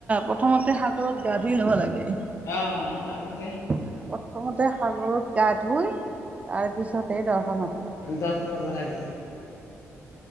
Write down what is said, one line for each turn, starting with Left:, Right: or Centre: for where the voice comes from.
Right: প্ৰথমতে সাগৰত গা ধুই লব লাগে
Left: অ আগত
Right: প্ৰথমতে সাগৰত গা ধুই তাৰ পিছতে দৰ্শন লাগে।
Left: দৰ্শন হব লাগে